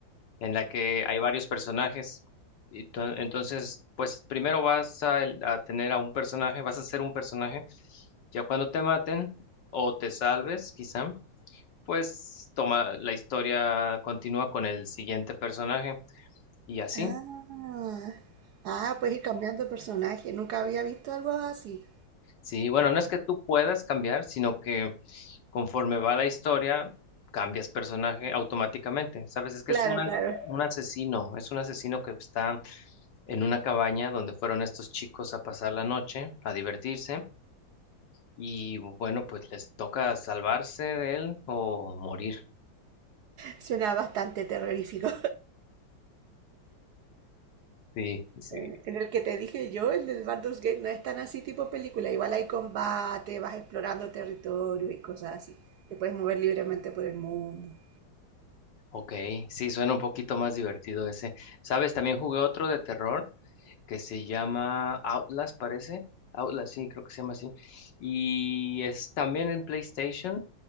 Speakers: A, on the left (about 65°); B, on the right (about 70°).
A: en la que hay varios personajes. Y to- entonces, pues primero vas a, el- a tener a un personaje, vas a ser un personaje. Ya cuando te maten o te salves, quizá, pues toma la historia, continúa con el siguiente personaje y así.
B: Ah, ah, pues ir cambiando de personaje. Nunca había visto algo así.
A: Sí, bueno, no es que tú puedas cambiar, sino que conforme va la historia, cambias personaje automáticamente. Sabes, es que
B: Claro,
A: es una,
B: claro.
A: un asesino, es un asesino que está en una cabaña donde fueron estos chicos a pasar la noche, a divertirse, y bueno, pues les toca salvarse de él o morir.
B: Suena bastante terrorífico.
A: Sí, sí,
B: <laughs> en el que te dije yo, el del Baldur's Gate, no es tan así tipo película. Igual hay combate, vas explorando territorio y cosas así. Te puedes mover libremente por el mundo. <laughs>
A: ok, sí, suena un poquito más divertido ese. Sabes, también jugué otro de terror que se llama Outlast, parece. Outlast, sí, creo que se llama así. Y es también en PlayStation,